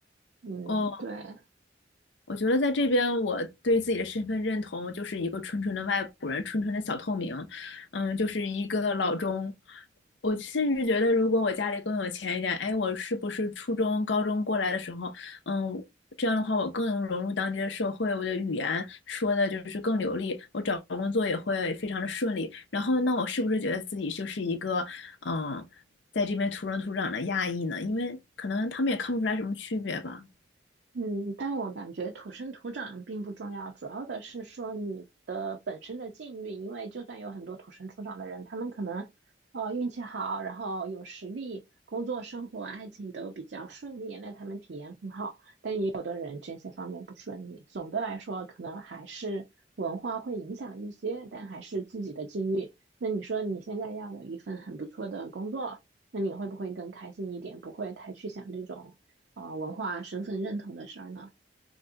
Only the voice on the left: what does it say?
哦。
我觉得在这边，我对自己的身份认同就是一个纯纯的外国人，纯纯的小透明，嗯，就是一个老中。我甚至觉得，如果我家里更有钱一点，哎，我是不是初中、高中过来的时候，嗯，这样的话我更能融入当地的社会，我的语言说的就是更流利，我找工作也会非常的顺利。然后，那我是不是觉得自己就是一个，嗯，在这边土生土长的亚裔呢？因为可能他们也看不出来什么区别吧。